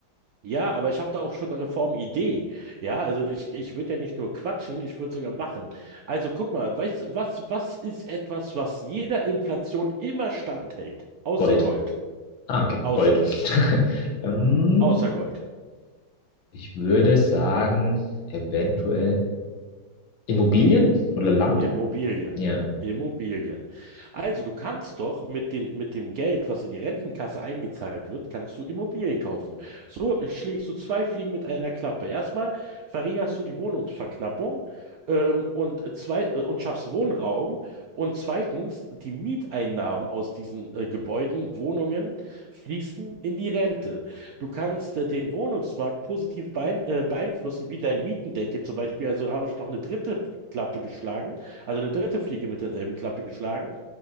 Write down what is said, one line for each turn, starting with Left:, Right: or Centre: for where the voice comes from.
Right: Ja, aber ich habe da auch schon eine Reformidee. Ja, also ich, ich würde ja nicht nur quatschen, ich würde sogar machen. Also guck mal, weißt, du, was, was ist etwas, was jeder Inflation immer standhält? Außer
Left: Gold.
Right: Gold,
Left: Ah, okay,
Right: außer
Left: Gold.
Right: Gold,
Left: <laughs> ähm,
Right: außer Gold.
Left: ich würde sagen, eventuell Immobilien oder Land.
Right: Immobilien.
Left: Ja,
Right: Immobilien. Also du kannst doch mit den, mit dem Geld, was in die Rentenkasse eingezahlt wird, kannst du Immobilien kaufen. So schlägst du zwei Fliegen mit einer Klappe. Erstmal verringerst du die Wohnungsverknappung ähm, und, zwei, äh, und schaffst Wohnraum. Und zweitens, die Mieteinnahmen aus diesen äh, Gebäuden, Wohnungen, fließen in die Rente. Du kannst äh, den Wohnungsmarkt positiv beein äh, beeinflussen, wie dein Mietendeckel zum Beispiel. Also habe ich noch eine dritte Klappe geschlagen also eine dritte Fliege mit derselben Klappe geschlagen.